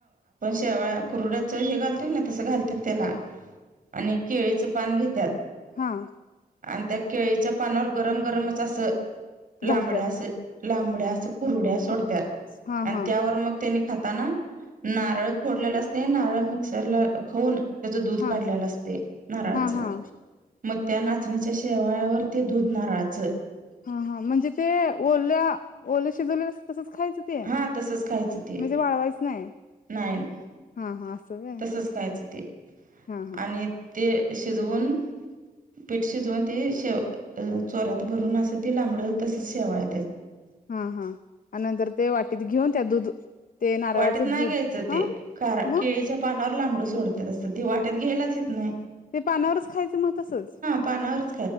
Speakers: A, on the right; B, on the left.
A: व कुरड्याच हे घालतो ना तसं घालतात त्याला आणि केळीचं पान घेत्यात.
B: हां
A: आणि त्या केळीच्या पानावर गरम गरमच असं. लांबड्यास
B: घालत्यात
A: लांबड्यास कुरड्या सोडत आणि
B: हा हा
A: त्यावर मग त्यानी खाताना नारळ फोडलेला असते नारळ मिक्सरला खाऊन त्याच दूध
B: हा
A: काढलेलं असते नारळाच
B: हा हा
A: मग त्या ना चाचणीच्या शेवाळ्यावर ते दूध नाराचं.
B: हा हा म्हणजे ते ओल्या ओले शिजवले तसंच. खायचं ते
A: हा तसंच खायच ते
B: म्हणजे वाळवायचं नाही
A: नाय.
B: हा हा असं व्हय
A: तसच खायचं ते
B: हा हा
A: आणि ते शिजवून पीठ शिजवून ते शेव चोरात भरून असं ती लांबडं होत तसच शेवाळ.
B: हा हा आणि नंतर ते वाटीत घेऊन त्या दूध ते नारळाचं
A: वाटीत नाही
B: दूध
A: घ्यायचं ते
B: हा
A: कार
B: मग
A: केळीच्या पानावर लांबड सोडत्यात असं ते वाटीत घ्यायलाच येत नाय.
B: ते पानावरच खायचं मग तसच.
A: पानावरच